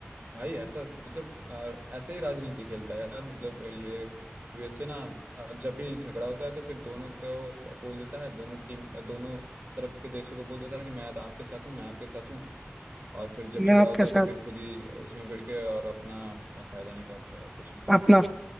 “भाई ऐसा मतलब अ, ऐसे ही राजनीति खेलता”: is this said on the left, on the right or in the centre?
Right